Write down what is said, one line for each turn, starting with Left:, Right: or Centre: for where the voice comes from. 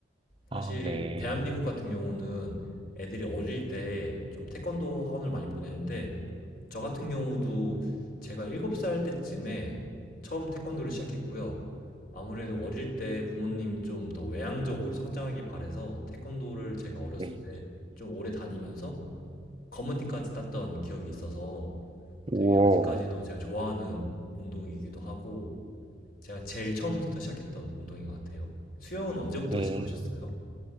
Left: 사실
Right: 아, 네.
Left: 대한민국 같은 경우는 애들이 어릴 때 좀 태권도 학원을 많이 보내는데 저 같은 경우도 제가 7살 때쯤에 처음 태권도를 시작했고요. 아무래도 어릴 때 부모님이 좀 더 외향적으로 성장하길 바래서 태권도를 제가 어렸을
Right: 네.
Left: 때 좀 오래 다니면서 검은띠까지 땄던 기억이 있어서
Right: 오,
Left: 되게 아직까지도 제가 좋아하는 운동이기도 하고 제가 제일 처음부터 시작했던 운동인 것 같아요. 수영은 언제부터
Right: 네.
Left: 시작하셨어요?